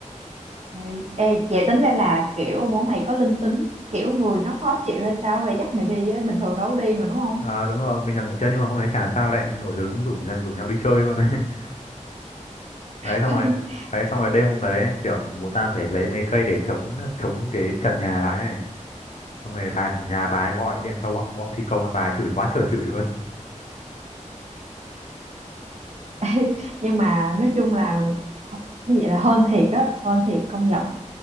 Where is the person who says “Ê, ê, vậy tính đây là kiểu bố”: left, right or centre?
Right